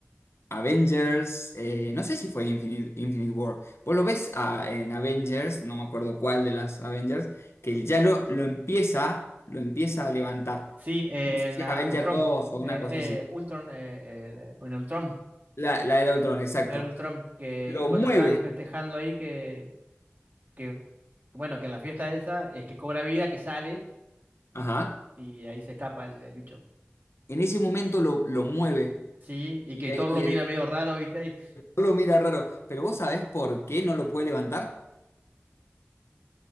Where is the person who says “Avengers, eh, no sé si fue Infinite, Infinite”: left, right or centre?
Left